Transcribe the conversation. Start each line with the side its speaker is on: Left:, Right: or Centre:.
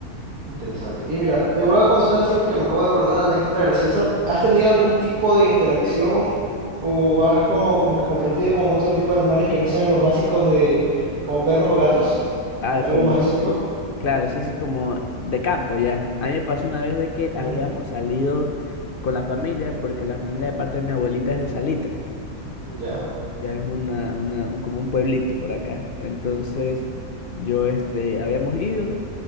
Right: Interesante. Y mira, te voy a consultar así porque me acabo de acordar de una anécdota graciosa. ¿Has tenido algún tipo de interacción o has co- como, que compartido con otro tipo de animales que no sean los básicos de como perros o gatos?
Left: Ah,
Right: ¿Algo
Left: como,
Right: más exótico?
Left: claro, sí, sí, como de campo ya. A mí me pasó una vez de que habíamos
Right: Ujú,
Left: salido con la familia, porque la familia de parte de mi abuelita es de Salitre.
Right: Ya.
Left: ya es una, una, un- como un pueblito por acá. Entonces, yo, este, habíamos ido